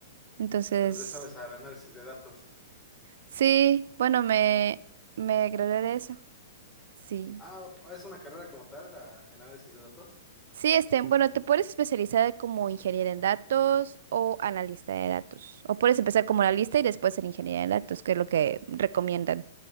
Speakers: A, on the right; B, on the left.
A: Entonces,
B: entonces sabes al análisis de datos.
A: sí, bueno, me, me gradué de eso, sí.
B: Ah, es una carrera como tal, a- análisis de datos.
A: Sí, este, bueno, te puedes especializar como ingeniera en datos o analista de datos. O puedes empezar como analista y después ser ingeniera en datos, que es lo que recomiendan.